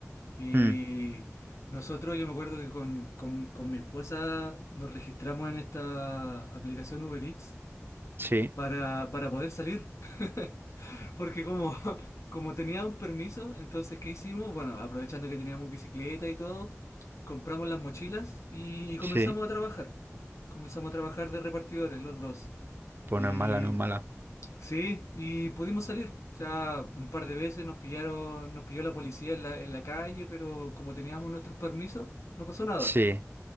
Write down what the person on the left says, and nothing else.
Y
nosotros, yo me acuerdo que con, con- con mi esposa nos registramos en esta aplicación Uber Eats
para, para poder salir. <laughs> Porque como, <laughs> como tenía un permiso, entonces, ¿qué hicimos? Bueno, aprovechando que teníamos bicicleta y todo, compramos las mochilas y, y comenzamos
a trabajar. Comenzamos a trabajar de repartidores, los dos.
Y
sí, y pudimos salir. O sea, un par de veces nos pillaron, nos pilló la policía en la, en la calle, pero como teníamos nuestros permisos, no pasó nada.